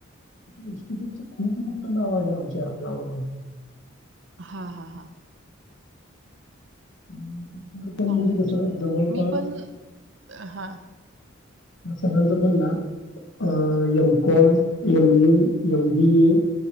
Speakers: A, on the left; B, on the right.
A: इन्स्टिटयूट च खूप मोठं नाव आहे आमच्या गावामध्ये
B: हा हा हा
A: <unintelligible>
B: चांगली
A: म्हणजे
B: गोषे,
A: कसं जवळपास
B: मी पण हां.
A: अ संगायल जर बन ना अं यम गेन्स, M B A, L B A